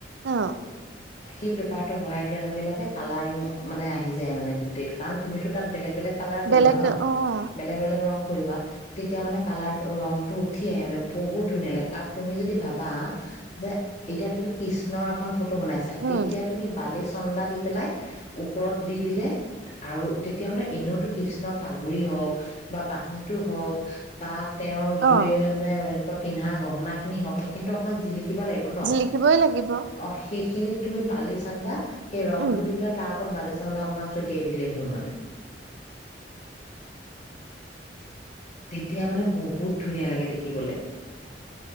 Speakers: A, on the right (about 85°); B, on the left (about 40°).
A: অ
B: সেই পেপাৰটো বঢ়াই দিয়াৰ লগে লগে কালাৰিং মানে আহি যায় মানে গোটেই কাৰণ তুমিতটো তাত বেলেগ বেলেগ কালাৰ কৰিবা
A: বেলেগ
B: ন
A: অ',
B: বেলেগ বেলেগ ৰং কৰিবা তেতিয়া মানে কালৰ তো ৰং উঠি আহে মানে বহুত ধুনীয়া লাগে আৰু তুমি যদি ভাবা যে এতিয়া তুমি কৃষ্ণৰ এখন ফটো বনাইছা তেতিয়া
A: উম,
B: তুমি বালিছ অনন্দা দি পেলাই ওপৰত দি দিলে আৰু তেতিয়া মানে এনেওতো কৃষ্ণ পাগৰি হওক বা বাহীটো হক বা তেওঁ জুয়ে
A: অ',
B: মানে হাতত পিন্ধা গহনা খিনি হওক সেইখিনিটো অকণমান জিলিক শিকিব লাগিব ন
A: জিলিকিবই লাগিব
B: অ সেখ খিনিত তুমি পালি চান্দা এই ৰং
A: উম,
B: টো দি পেলাই তাৰ ওপত বালিচন্দ অকমান ছটিয়াই দিলেই হ'ল মানে তেতিয়া মানে বহুত ধুনীয়া লাগে দেখিবলে